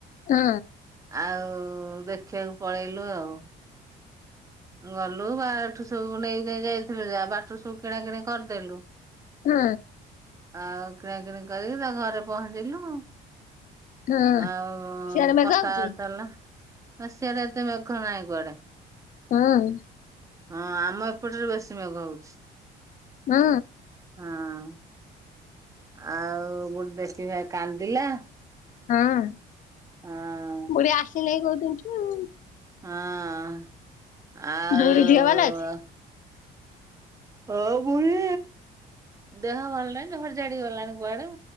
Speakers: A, on the left; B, on the right.
A: ହୁଁ।
B: ଆଉ ଦେଖିବାକୁ ପଳେଇଲୁ ଆଉ। ଗଲୁ ବାଠୁ ସବୁ ନେଇ ନେଇ ଯାଇଥିଲୁ ଯା, ବାଟରୁ ସବୁ କିଣା କିିଣି କରିଦେଲୁ
A: ହୁଁ
B: ଆଉ କିଣାକିଣି କରିକି, ତା ଘରେ ପହଞ୍ଚିଲୁ
A: ହଁ
B: ଆଉ
A: ସିଆଡେ ମେଘ
B: କଥାବାର୍ତ୍ତା
A: ହଉଛି
B: ହେଲା, ନା ସିଆଡେ ଏତେ ମେଘ ନାଇଁ କୁଆଡେ?
A: ହୁଁ।
B: ହଁ ଆମ ଏପଟରେ ବେଶୀ ମେଘ ହଉଛି।
A: ନା
B: ହଁ ଆଉ ଗୋଟେ ଦେଖିଆ କାନ୍ଦିଲା।
A: ହଁ।
B: ହଁ
A: ଫୁଣି ଆସି ନେଇ କୋଉ ଦିନ ଠୁ।
B: ହଁ ଆଉ
A: ବୁଢୀ ଝିଅ ଭଲ ଅଛି?
B: ଅ ବୁଢି ଦେହ ଭଲ ନାହିଁ ଝଡି ଝାଡି ଗଲାଣି କୁଆଡେ।